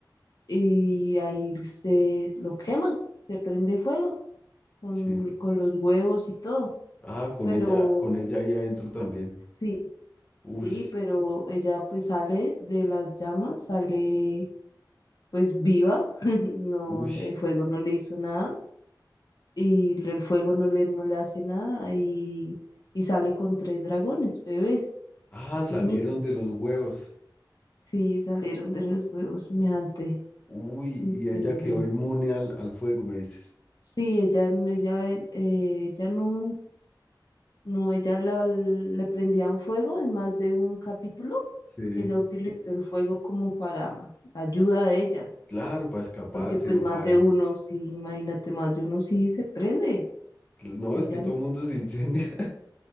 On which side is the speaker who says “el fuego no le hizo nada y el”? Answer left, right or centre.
Left